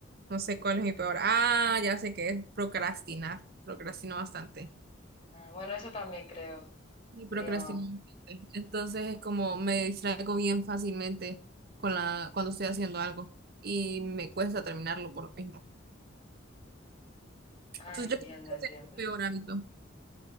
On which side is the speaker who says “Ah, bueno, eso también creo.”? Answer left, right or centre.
Left